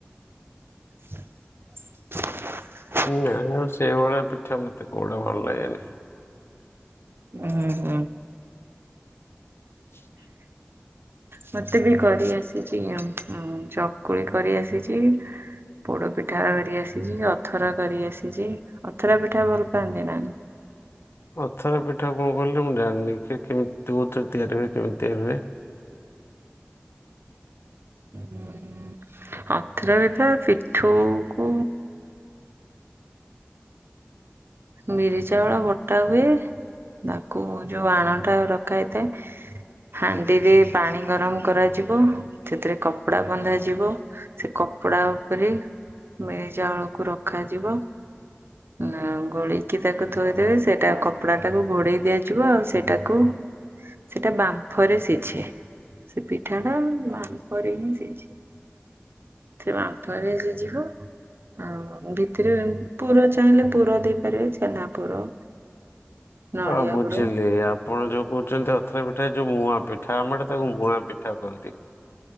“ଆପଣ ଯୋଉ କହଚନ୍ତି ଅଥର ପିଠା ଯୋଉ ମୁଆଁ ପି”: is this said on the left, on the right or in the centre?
Left